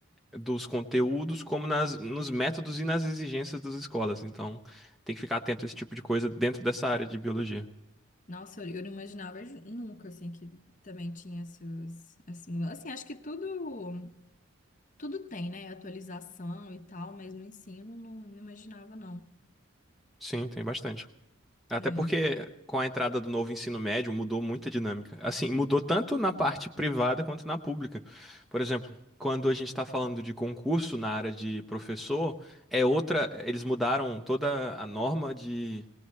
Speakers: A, in the centre; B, on the left.
A: dos conteúdos como nas, nos métodos e nas exigências das escolas. Então, tem que ficar atento a esse tipo de coisa dentro dessa área de biologia.
B: Nossa, eu eu não imaginava nunca, assim, que também tinha essas, essas mudanças. Assim, acho que tudo, tudo tem, né? Atualização e tal, mas no ensino não, não imaginava, não.
A: Sim, tem bastante. Até
B: É,
A: porque com a entrada do novo ensino médio mudou muita dinâmica. Assim, mudou tanto na parte privada quanto na pública. Por exemplo, quando a gente está falando de concurso na área de professor, é outra. Eles mudaram toda a norma de,